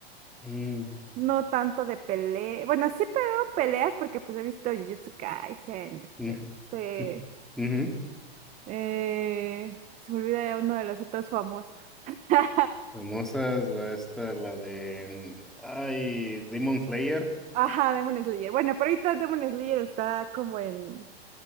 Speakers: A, in the centre; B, on the right.
A: mm,
B: No tanto de pelea. Bueno, sí pero peleas porque pues he visto Jujutsu Kaisen, este,
A: mm,
B: no sé.
A: <laughs> ujú.
B: Eh, se me olvida ya uno de los otros famosos. <laughs>
A: Famosa es la esta, la de mm, ay, Demon Slayer.
B: Ajá, Demon Slayer. Bueno, pero ahorita Demon Slayer está como en,